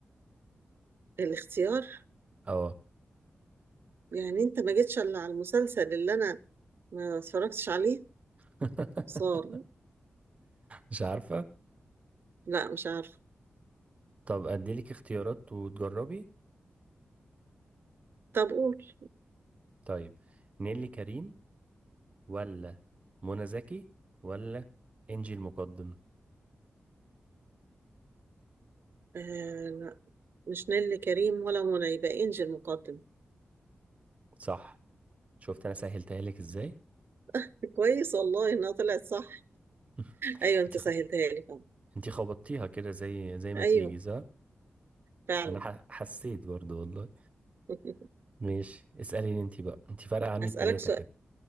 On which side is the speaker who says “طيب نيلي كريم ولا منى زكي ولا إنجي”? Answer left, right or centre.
Right